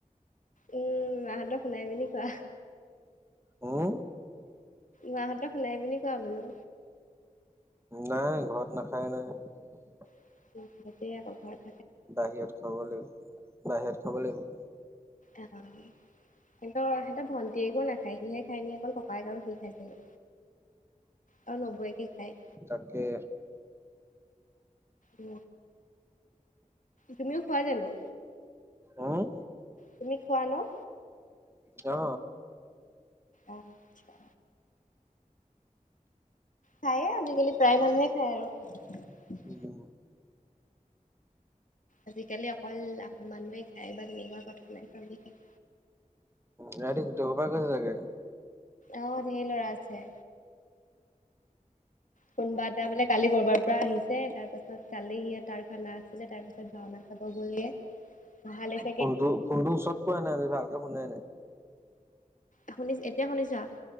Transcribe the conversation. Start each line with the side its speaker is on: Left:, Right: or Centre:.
Left: উম মা হাতক শুনাই পিনী কোৱা।
Right: উম,
Left: মাহঁতক শুনাই পিনি কোৱা বোলো।
Right: নাই ঘৰত নাখায় নাই।
Left: ঘ।
Right: বাহিৰত খাব লাগিব বাহিৰত খাব লাগিব।
Left: উ। সিহঁতৰ সহঁত ভটীয়ে একো নাখায় সিহে খায় নিকি অকল ককাইক আৰু সি খাই চাগে। আৰু নৌ বওঁ একে খাই।
Right: তাকে।
Left: উ তুমিও খোৱা জানো।
Right: উম,
Left: তুমি খোৱা ন।
Right: অ।
Left: আচছা। খায়ে আজিকালি প্ৰায় মানুহে খায় আৰু।
Right: উম,
Left: আজিকালি অকল আহোম মানুহে খায় বা তেনেকুৱা কথা নাই চ বিশষ।
Right: ৰাতি গোটেই সোপাই গৈছে চাগে।
Left: আহ ধেই লৰা আছে। কোনোবা এটা বানে কালি কৰৰবাৰ পৰা আহিছে তাৰ পাছত কালি সি তাৰ খানা আছিলে তাৰপিছত ভাওনা। খাব গল গে।
Right: ফোনটো ফোনটো ওচৰত কোৱা নাই আজি ভালকে শুনাই নাই।
Left: শুনিছ এতিয়া শুনিছা।